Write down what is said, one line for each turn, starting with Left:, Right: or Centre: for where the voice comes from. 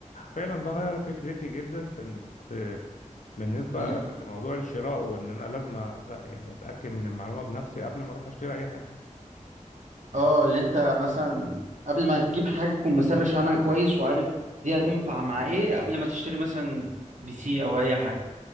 Left: فعلا ده غير فكرتي جدا في ال- في بالنسبة
Right: اللي انت
Left: لموضوع الشراء وإن أنا لازم أس- يعني أتأكد من المعلومة بنفسي قبل ما أروح أشتري أي حاجة
Right: اه اللي انت مثلا قبل ما تجيب حاجه تكون مسرش عنها كويس وعارف دي هتنفع مع ايه قبل ما تشتري مثلا بي سي او اي حاجه